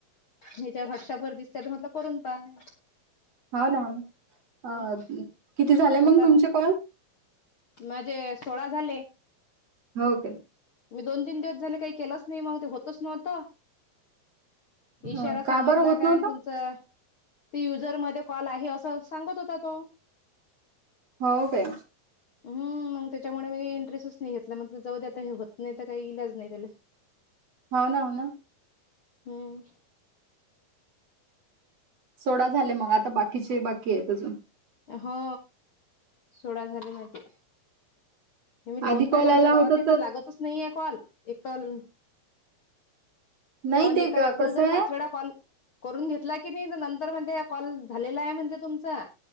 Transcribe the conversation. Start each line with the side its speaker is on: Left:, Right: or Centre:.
Left: हेच्यावर व्हॉट्सअपवर दिसल्या म्हटलं. करून पाहणे.
Right: हो ना हो ना
Left: हम्म
Right: आ किती झालं
Left: पण
Right: मंग
Left: आता
Right: तुमचे कॉल?
Left: माझे सोळा झाले.
Right: हो काय?
Left: म दोन तीन दिवस झाले काही केलाच नाही मग ते होतच नव्हतं.
Right: अ,
Left: इशारा
Right: का
Left: समजला
Right: बरं होत
Left: काय
Right: नव्हतं
Left: अन तुमचा ती युजरमध्ये कॉल आहे असं सांगत होता तो.
Right: हो काय
Left: हम्म मग तेच्यामुळे मी एंट्रेसच नाही घेतला. म्हटल जाऊदे आता हे होत नाही तर, काही इलाज नाही त्याला.
Right: हो ना, हो ना.
Left: हम्म.
Right: सोळा झालंय मग आता बाकीचे, बाकी आहेत अजून.
Left: हो सोहळा झाली माझे. मी लावून
Right: आधी
Left: पाहिला
Right: कॉल
Left: आमच्या
Right: आला
Left: गावात
Right: होता
Left: तर लागतच नाहीे कॉल एक कॉल
Right: नाही
Left: आणि
Right: ते
Left: एका व्यक्तीला
Right: कसं
Left: जर
Right: आहे
Left: पाच वेळा कॉल. करून घेतला की नाही, नंतर म्हणते कॉल झालेला आहे म्हणते तुमचा.